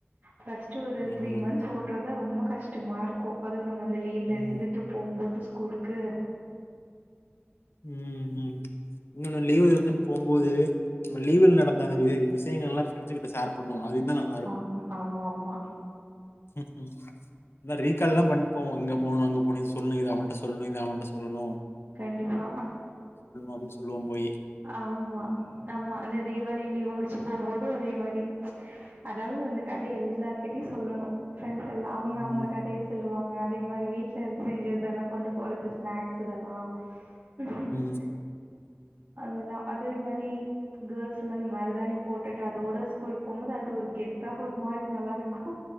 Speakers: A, on the right; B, on the left.
A: ஃபஸ்ட்டு ஒரு
B: ஆமா
A: திரீ மந்த்ஸ்
B: ஆமா
A: ஓட் றதா ரொம்ப கஷ்டமா இருக்கோ அதுவு நம்ம அந்த லீவ்ல
B: உம்
A: இருந்துட்டு போம்போது ஸ்கூலுக்கு
B: ம் ம் இன்னோன்னு லீவுல இருந்துட்டு போம் போது லீவுல நடந்த அந்த வி விஷயங்கள் எல்லா ஃப்ரண்ட்ஸ் கிட்ட ஷேர் பண்ணுவோ அது இன்னோ நல்லா இருக்கு
A: ஆமா ஆமா ஆமா
B: ம் ம் இன்னோ ரீகால்லா பண்ட்டு போவோ இங்க போணோ அங்க போணோ இது சொல்ணோ இது அவனிட்ட சொல்ணோ இது அவன்ட்ட சொல்ணோ
A: கண்டிப்பா
B: அப்படின்னு சொல்லுவோம் போய்.
A: ஆமா ஆமா அந்த தீபாளி அப்டியே லீவு முடிச்சு போம்போதோ அதே மாரி அதாவது அந்த கதைய எல்லார் கிட்டயு சொல்லணோ ஃப்ரெண்ட்ஸ் எல்லா அவங்க
B: ம்,
A: அவங்க கதைய சொல்லுவாங்க அதே மாரி வீட்ல இருந்து செஞ்சதெல்லா கொண்டு போறது ஸ்நாக்ஸ் இதெல்லா ம் ம்
B: ம்
A: அதெல்லா அதே மாரி கேர்ள்ஸ்லா இந்த மருதானி போட்டுட்டு அதோட ஸ்கூல் போம்போது அது ஒரு கெத்தா ஒரு மாரி நல்லா இருக்கோ